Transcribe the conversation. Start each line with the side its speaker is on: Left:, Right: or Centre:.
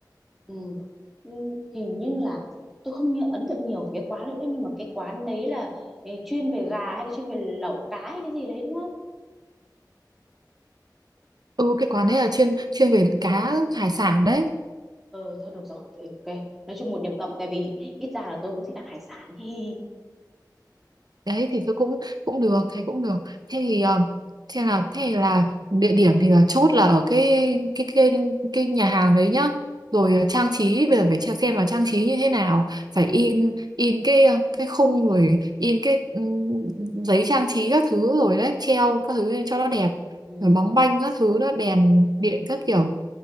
Centre: ừ. ừ, hình như là tôi không nhớ ấn tượng nhiều về cái quán nữa nhưng mà cái quán đấy là ừ, chuyên về gà hay là chuyên về lẩu cá hay cái gì đấy đúng không
Right: ừ cái quán đấy là chuyên chuyên về cá hải sản đấy
Centre: Ờ, thôi được rồi, ừ, ok. Nói chung một điểm cộng tại vì ít ra là tôi cũng thích ăn hải sản. <laughs> Hi
Right: đấy thì tôi cũng cũng được thấy cũng được thế thì ờ, thế là thế là địa điểm thì là chốt là ở cái cái cái cái nhà hàng đấy nhá rồi ờ, trang trí bây giờ phải tra- xem là trang trí như thế nào phải in in cái ờ, cái khung rồi in cái ừm, giấy trang trí các thứ rồi đấy treo các thứ lên cho nó đẹp
Centre: Ừ.
Right: rồi bóng banh các thứ đó đèn điện các kiểu